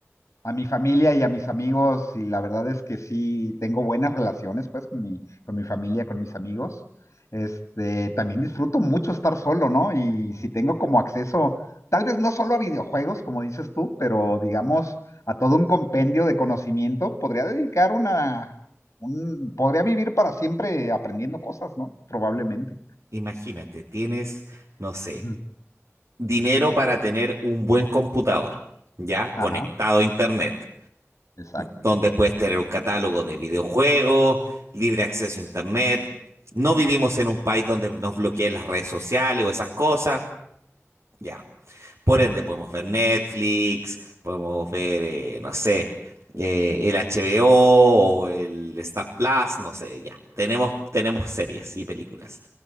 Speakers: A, on the left; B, on the right.
A: a mi familia y a mis amigos, y la verdad es que sí tengo buenas relaciones, pues, con mi, con mi familia, con mis amigos. Este, también disfruto mucho estar solo, ¿no? Y si tengo como acceso, tal vez no solo a videojuegos, como dices tú, pero digamos a todo un compendio de conocimiento, podría dedicar una, un, podría vivir para siempre aprendiendo cosas, ¿no? Probablemente.
B: Imagínate, tienes, no sé,
A: Ujú.
B: dinero para tener un buen computador, ya
A: Ajá.
B: conectado a internet,
A: Exacto.
B: donde puedes tener un catálogo de videojuegos, libre acceso a internet. No vivimos en un país donde nos bloqueen las redes sociales o esas cosas. Ya. Por ende, podemos ver Netflix, podemos ver, eh, no sé, eh, el HBO o o el Star Plus, no sé, ya. Tenemos, tenemos series y películas.